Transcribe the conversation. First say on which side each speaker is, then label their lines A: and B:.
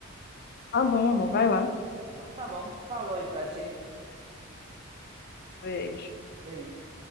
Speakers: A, on the left (about 50°); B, on the right (about 25°).
A: Tá bom, amor, vai lá.
B: Então tá bom, falou aí pra ti.
A: Pois.
B: Beijo.